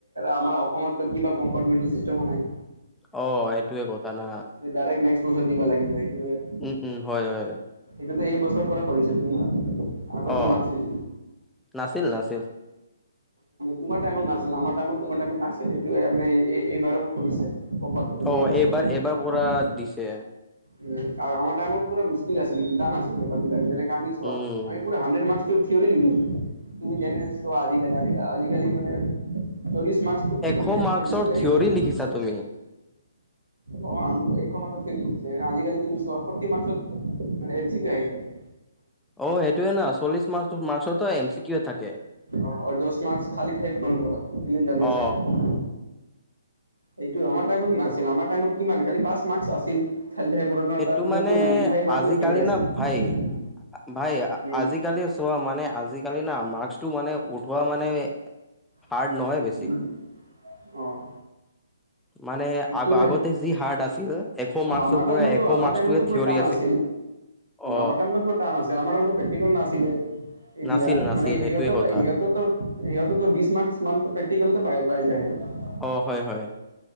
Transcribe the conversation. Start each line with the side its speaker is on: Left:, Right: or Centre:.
Right: আমাৰ অসমত কিবা কম্পাৰ্মেন্তেল নাই।
Centre: অ', সেইটোয়ে কথা না!
Right: ডাইৰেক্ট নেক্সট বছৰ দিব লাগিব সেইটোহে।
Centre: উম, উম, হয়, হয়।
Right: এইটো এই বছৰ পৰা কৰিছে তোমাৰ। আগততো
Centre: অ',
Right: নাছিল।
Centre: নাছিল, নাছিল।
Right: তোমাৰ টাইমত নাছিল। আমাৰ টাইমত তোমাৰ টাইমত নাছিলে, এইটো এই মানে এই-এই এইবাৰত কৰিছে। কম্পাৰ্মেণ্টেল
Centre: অ
Right: এইবাৰ চবেই
Centre: এইবাৰ
Right: কম্পেৰমেন্তেল।
Centre: পৰা দিছে
Right: উম, আৰু আমাৰ টাইমত মুস্কিল আছিল টান আাছিল, পেপাৰবিলাক যেনেক আমি চোৱা
Centre: উম
Right: আমি পুৰা হুনড্ৰেদ মাৰ্ক্সটো থেয়ৰী লিখিছোঁ, তুমি যেনে চোৱা আজি আজিকালি মা চল্লিশ মাৰ্ক্সটো
Centre: এশ
Right: মানে
Centre: মাৰ্কচৰ
Right: এন চি <unintelligible> আহি যায়।
Centre: <unintelligible> তুমি।
Right: অ', আমি এইখন <unintelligible> আজিকালি তুমি চোৱা ফৰ্টি মাৰ্ক্সৰ এম চি কিউ আহি যায়। <inaudible>
Centre: অ', সেইটোয় না, চল্লিশ মাৰ্ক্সৰ, মাৰ্ক্সটো এম চি কিউয়ে থাকে।
Right: অ', দছ মাৰ্ক্স খালি ঠাই পূৰণ কৰা, fill in the blanks.
Centre: O
Right: এইটোয়ে আমাৰ টাইমত নাছিল, আমাৰ টাইমত কিমান খালি পাঁচ মাৰ্ক্স আছিল। খালি ঠাই পূৰণৰ,
Centre: সেইটো
Right: তাৰভিতৰত
Centre: মানে
Right: নাইন্তি ফাইভ মাৰ্ক্সয়েই
Centre: আজিকালি
Right: থিয়ৰী আছিল।
Centre: না ভাই ভাই
Right: উম
Centre: আজিকালি চোৱা মানে আজিকালি না, মাৰ্ক্সটো মানে উঠোৱা মানে হাৰ্ড
Right: <unintelligible>
Centre: নহয় বেছি
Right: অ'
Centre: মানে আগ-আগতে
Right: সেইটোৱে
Centre: যি হাৰ্ড আছিল, <unintelligible>
Right: আমাৰ টাইমতো
Centre: এশ
Right: আমাৰ
Centre: মাৰ্কচটোৱে
Right: টাইমতো পুৰা
Centre: থিয়ৰী
Right: টান আছিল,
Centre: অ
Right: আমাৰ টাইমত টান আছিল আমাৰ প্ৰেক্টিকেল নাছিলে, এতিয়া
Centre: নাছিল নাছিল
Right: মানে
Centre: সেইটোয়ে
Right: ইহঁতৰ
Centre: কথা
Right: সিঁহতৰটো সিহঁতেটো ত' বিছ মাৰ্কছ মান প্ৰেকটিকেলতে পাই, পাই যায়।
Centre: অ', হয়, হয়।